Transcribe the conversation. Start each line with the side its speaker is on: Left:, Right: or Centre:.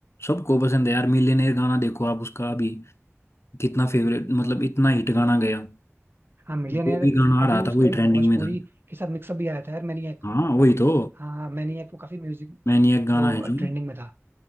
Left: सबको पसंद है यार मिलियनेयर गाना देखो आप उसका अभी कितना फेवरेट मतलब इतना हिट गाना गया
Right: हाँ मिलियनेयर
Left: वो भी गाना
Right: अभी
Left: आ रहा
Right: उसका
Left: था वही
Right: एक
Left: ट्रेंडिंग
Right: भोजपुरी
Left: में था
Right: के साथ मिक्सअप भी आया था यार मैनिएक
Left: हाँ वही तो
Right: हाँ हाँ मैनिएक वो काफी म्यूजिक
Left: मैनिएक गाना
Right: वो
Left: है जो
Right: ट्रेंडिंग में था